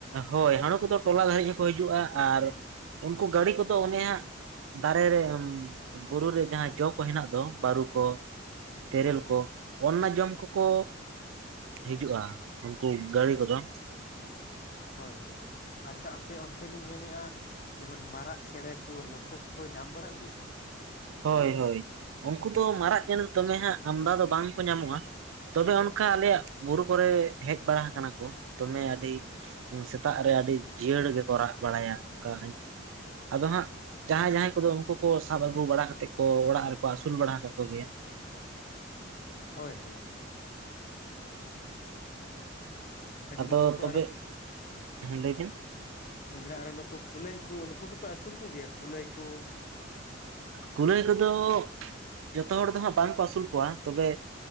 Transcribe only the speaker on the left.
ᱦᱳᱭ ᱦᱳᱭ᱾ ᱟᱪᱪᱷᱟ ᱟᱯᱮ ᱚᱱᱛᱮ ᱞᱤᱧ ᱢᱮᱱᱮᱜᱼᱟ, ᱡᱮᱢᱚᱱ ᱢᱟᱨᱟᱜ ᱪᱮᱬᱮ ᱠᱩ ᱱᱩᱠᱩ ᱠᱩᱠᱩ ᱧᱟᱢ ᱵᱟᱲᱟᱜ ᱜᱮᱭᱟ?
ᱦᱳᱭ ᱦᱳᱭ᱾ ᱟ ᱡᱮᱢᱚᱱ
ᱱᱩᱠᱩ
ᱟᱨᱚ
ᱢᱮᱱᱫᱟᱹᱱ ᱟᱨᱚ ᱱᱩᱠᱩ ᱠᱩᱞᱟᱹᱭ ᱠᱩ ᱱᱩᱠᱩ ᱠᱚᱯᱮ ᱟᱹᱥᱩᱞ ᱠᱚᱜᱮᱭᱟ ᱠᱩᱞᱟᱹᱭ ᱠᱩ?